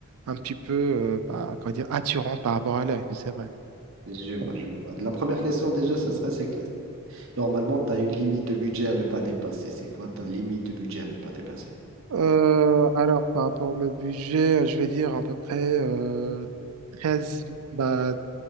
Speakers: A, on the right; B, on the right.
A: un petit peu, euh, bah, comment dire, attirant par rapport à l'œil, c'est vrai.
B: Je vois, je vois. La première question déjà, ce serait, c'est que normalement, tu as une limite de budget à ne pas dépasser. C'est quoi ta limite de budget à ne pas dépasser?
A: Euh, alors, par rapport au budget, euh, je vais dire à peu près euh, 13, bah,